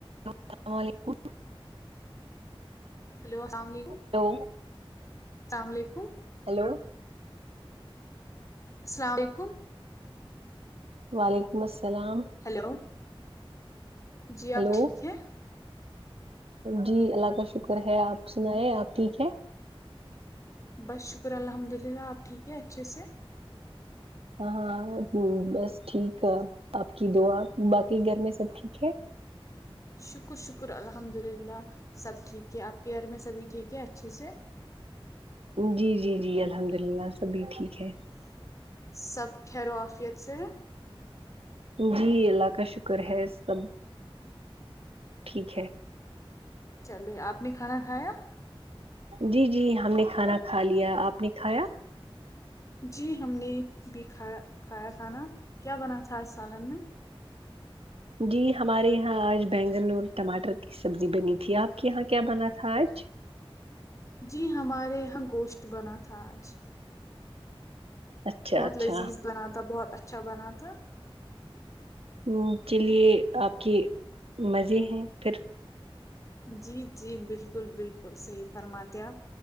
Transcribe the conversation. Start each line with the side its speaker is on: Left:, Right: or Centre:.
Right: السلا و علیکم
Left: ہیلو السلام علیکم
Right: ہیلو
Left: السلام علیکم
Right: ہیلو
Left: سلا علیکم
Right: وعلیکم السلام
Left: ہیلو جی
Right: ہلو
Left: آپ ٹھیک ہیں
Right: جی اللہ کا شکر ہے آپ سنایں آپ ٹھیک ہے
Left: بس شکر ہے الحمد للہ آپ ٹھیک ہے اچھے سے
Right: ہاں بس ٹھیک ہے آپ کی دعا باقی گھر میں سب ٹھیک ہے
Left: شکر شکر الحمد للہ سب ٹھیک ہے آپ کے گھر میں سبھی ٹھیک ہے اچھے سے
Right: جی جی جی الحمد للہ سبھی ٹھیک ہے
Left: سب خیر و آفیت سے ہے
Right: جی اللہ کا شکر ہے سب ٹھیک ہے
Left: چلیے آپ نے کھانا کھایا
Right: جی جی ہم نے کھانا کھا لیا آپ نے کھایا
Left: جی ہم نے بھی کھایا کھایا تھا نا کیا بنا تھا آج سالن میں
Right: جی ہمارے یہاں آج بینگن اور ٹماٹر کے سبزی بنی تھی آپ کے یہاں کیا بنا تھا آج
Left: جی ہمارے یہاں گوشت بنا تھا آج
Right: اچھا
Left: بہت
Right: اچھا
Left: لذیذ بنا تھا بہت اچھا بنا تھا
Right: منہ کے لیے آپ کے مزے ہیں پھر
Left: جی جی بالکل بالکل صحیح فرماتے آپ